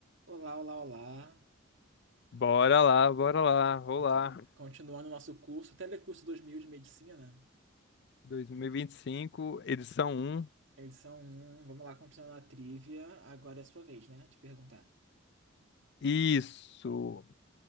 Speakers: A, on the right; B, on the left.
A: Olá, olá, olá.
B: Bora lá, bora lá. Olá.
A: Então, continuando o nosso curso, Telecurso dois mil de Medicina,
B: 2025, edição um.
A: edição um. Vamos lá, continuando a trivia. Agora é a sua vez, né? De perguntar.
B: Isso.